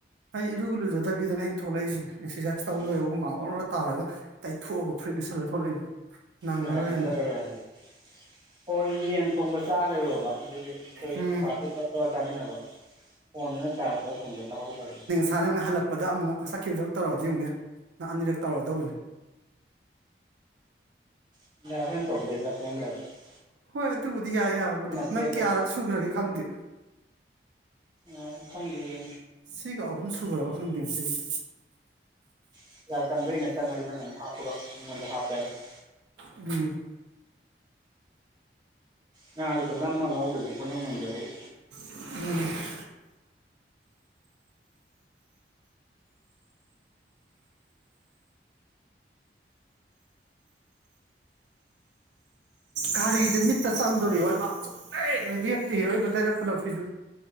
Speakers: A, on the right (about 85°); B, on the right (about 25°).
A: ꯑꯩ ꯏꯔꯨꯒ ꯂꯨꯖꯗꯕꯤꯗꯅꯦ ꯑꯩꯅ ꯊꯣꯛꯂꯛꯏꯁꯦ ꯑꯦꯛꯁꯔꯁꯥꯏꯁ ꯇꯧ
B: ꯎꯝ
A: ꯂꯣꯏꯔꯒ ꯍꯨꯃꯥꯡ ꯑꯣꯔꫭꯔꫭ ꯇꯥꯔꯒ ꯇꯩꯊꯣꯛꯑꯒ ꯐꯨꯔꯤꯠ ꯂꯤꯠꯁꯜꯂꯒ ꯊꯣꯛꯂꯛꯏꯅꯤ ꯅꯪꯉꯔꯣꯏꯅ
B: ꯉꯍꯥꯟ ꯅꯪ ꯆꯠꯂꯔꯣꯏ ꯍꯥꯏꯗꯨꯗꯤ ꯍꯣꯏ ꯌꯦꯟ ꯊꯣꯡꯕ ꯆꯥ ꯂꯩꯔꯣꯕ ꯑꯗꯨꯗꯤ ꯑꯩꯈꯣꯏ
A: ꯎꯝ
B: ꯑꯀꯥꯁ ꯑꯩꯈꯣꯏ ꯄꯨꯂꯞ ꯇꯧꯔꯒ ꯆꯥꯃꯤꯟꯅꯕ ꯐꯣꯟꯗꯨꯅ ꯆꯥꯔꯖ ꯇꯧꯔ ꯊꯝꯕ ꯇꯥꯍꯧꯗꯕ
A: ꯉꯥꯁꯥꯟ ꯅꯪꯅ ꯍꯜꯂꯛꯄꯗ ꯑꯃꯨꯛ ꯆꯠꯈꯤꯕꯗ ꯇꯧꯔꯛꯑꯗꯤ ꯌꯦꯡꯉꯨꯅꯦ ꯅꯪ ꯑꯅꯤꯔꯛ ꯇꯧꯔꯛ ꯑꯗꯕꯅꯦ
B: <inaudible> ꯇꯨꯝꯃꯝꯗꯥꯏꯗ
A: ꯍꯣꯏ ꯑꯗꯨꯕꯨꯗꯤ ꯌꯥꯏ ꯌꯥꯕꯨꯗꯤ
B: ꯄꯦꯛꯄꯅ
A: ꯅꯪ ꯀꯌꯥꯔꯛ ꯁꯨꯈ꯭ꯔꯒꯦ ꯈꯪꯗꯦ
B: ꯑꯣ ꯈꯪꯗꯦꯌꯦ
A: ꯁꯤꯒ ꯑꯍꯨꯝ ꯁꯨꯒꯔꯕ ꯈꯪꯗꯦ ꯉꯥꯁꯤꯒꯤ
B: <inaudible>
A: ꯎꯝ
B: ꯉꯥꯁꯦꯀꯣ ꯅꯝꯃ ꯉꯧꯗꯔꯗꯤ ꯃꯅꯨꯡ ꯃꯨꯟꯗꯕꯒꯤ
A: ꯎꯝ ꯒꯥꯔꯤꯁꯦ ꯃꯤꯠꯇ ꯆꯪꯗꯧꯔꯦ ꯑꯑꯣꯏꯕ ꯁꯨꯡꯂꯩꯞ ꯍꯦꯛ ꯂꯦꯞꯇꯦꯍꯦ ꯑꯑꯣꯏꯕ ꯂꯩꯔꯛ ꯈꯨꯜꯂꯛꯁꯤꯁꯨ